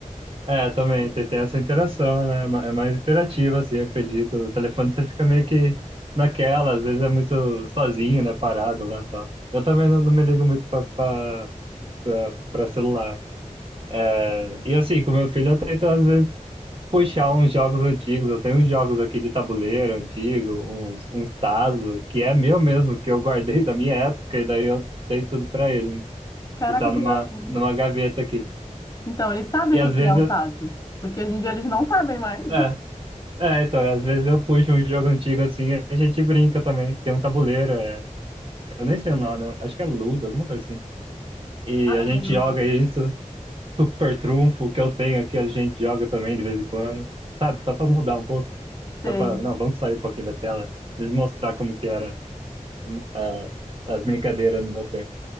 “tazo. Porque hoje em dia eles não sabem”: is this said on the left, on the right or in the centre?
Left